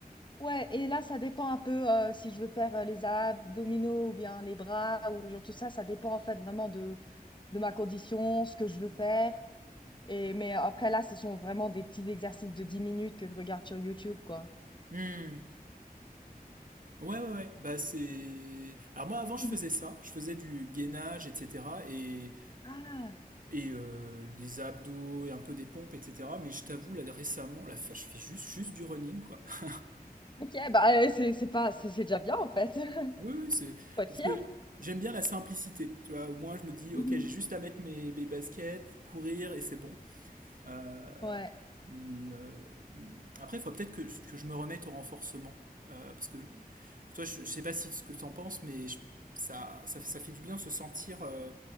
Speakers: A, on the left (about 30°); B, on the right (about 60°).
A: ouais, et là, ça dépend un peu euh, si je veux faire euh, les abdominaux ou bien les bras ou genre tout ça, ça dépend en fait vraiment de, de ma condition, ce que je veux faire. Et, mais euh, après, là, ce sont vraiment des petits exercices de 10 minutes que je regarde sur YouTube, quoi.
B: Hmm. Ouais, ouais, ouais. Bah, c'est. Alors, moi, avant, je
A: Mhm.
B: faisais ça. Je faisais du gainage, etc. Et,
A: Ah,
B: et euh, des abdos et un peu des pompes, etc. Mais je t'avoue, là, récemment, là, je fais juste, juste du running, quoi. <laughs>
A: ok, bah euh, c'est c'est pas, c'est c'est déjà bien en fait. <laughs>
B: Oui, oui, c'est.
A: Faut être
B: Parce
A: fier.
B: que j'aime bien la simplicité. Tu vois, au moins, je me dis,
A: Mhm.
B: ok, j'ai juste à mettre mes, mes baskets, courir et c'est bon. Euh,
A: Ouais.
B: mais euh, après, il faut peut-être que, que je me remette au renforcement. Euh, parce que Toi, je, je sais pas si ce que t'en penses, mais je- ça, ça, ça fait du bien de se sentir, euh,